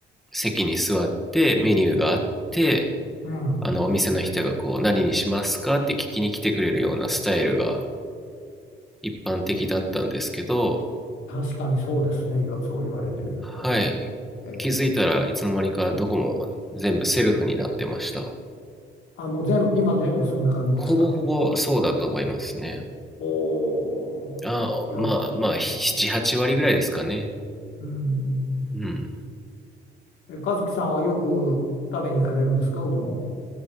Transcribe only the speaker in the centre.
席に座ってメニューがあって、
あのお店の人がこう何にしますかって聞きに来てくれるようなスタイルが一般的だったんですけど、
はい、
気づいたらいつの間にかどこも全部セルフになってました。
ほぼほぼそうだと思いますね。
あ、
まあまあ、7、
8割ぐらいですかね。
うん。